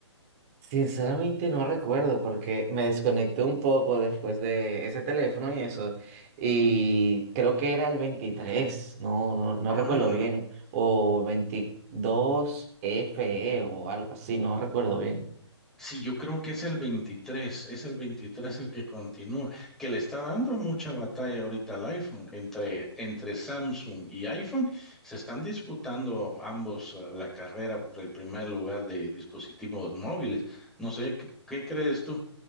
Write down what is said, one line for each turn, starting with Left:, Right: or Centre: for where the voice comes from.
Right: Sinceramente no recuerdo porque me desconecté un poco después de ese teléfono y eso. Y creo que era el 23 no, no, no
Centre: Ah,
Right: recuerdo bien. O 22FE o algo así, no recuerdo bien.
Centre: Sí, yo creo que es el 23, es el 23 el que continúa, que le está dando mucha batalla ahorita al iPhone. Entre, entre Samsung y iPhone se están disputando ambos eh, la carrera por el primer lugar de dispositivos móviles. No sé, ¿qué, qué crees tú?